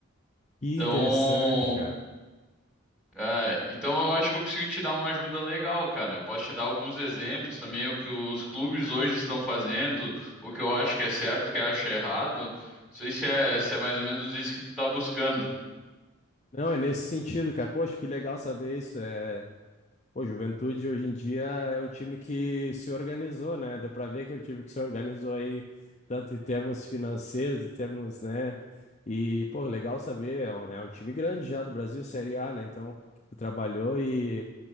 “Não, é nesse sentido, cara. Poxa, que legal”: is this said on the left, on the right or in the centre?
Left